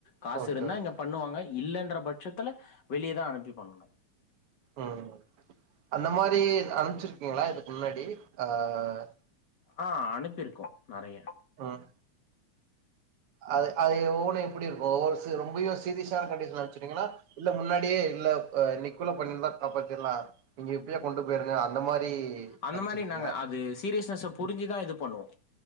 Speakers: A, on the left; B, on the right.
A: காசு
B: ஓகே
A: இருந்தா
B: ஓகே
A: இங்க பண்ணுவாங்க இல்லன்ற பட்சத்துல வெளியதா அனுப்பி பண்ணனு
B: உம் அந்த மாரி அனுப்ச்சி ருக்கீங்ளா இதுக்கு முன்னாடி ஆஹ்
A: ஆஹ் அனுப்பிருக்கோ நெறய
B: ம் அது அது ஒவ்வொன்னு எப்படி இருக்கு ஒவ்வொரு சீ ரொம்பயு சீரியஸான கண்டிஷன்ல அனுப்பிச்சுவிட்டீங்கன்னா இல்ல முன்னாடியே இல்ல இன்னைக்குள்ள பண்ணிருந்தா காப்பாத்திர்லா நீங்க எப்படியோ கொண்டு போயிருங்க அந்த மாரி
A: அந்த
B: அனுப்ச்சிருக்கீங்களா
A: மாரி நாங்க அது சீரியஸ்னஸ புரிஞ்சுதா இது பண்ணுவோ